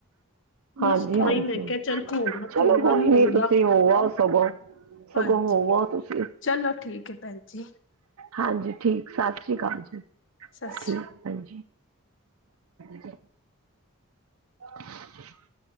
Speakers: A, on the right (about 80°); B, on the left (about 60°).
A: ਹਾਂਜੀ-ਹਾਂਜੀ,
B: ਬਸ ਤਾਂ ਹੀ ਮੈਂ ਕਿਹਾ ਚੱਲ ਹੋਵਾਂ
A: ਚਲੋ
B: ਚੰਗਾ
A: ਕੋਈ ਨੀ,
B: ਲੱਗਦਾ।
A: ਤੁਸੀਂ ਹੋ ਆਓ ਸਗੋਂ। ਸਗੋਂ,
B: ਹਾਂਜੀ
A: ਹੋ ਆਉ ਤੁਸੀਂ,
B: ਚਲੋ ਠੀਕ ਹੈ ਭੈਣ ਜੀ
A: ਹਾਂਜੀ ਠੀਕ ਸਤਿ ਸ੍ਰੀ ਅਕਾਲ। ਹਾਂਜੀ,
B: ਸਤਿ ਸ੍ਰੀ
A: ਠੀਕ ਐ, ਭੈਣ ਜੀ। <inaudible>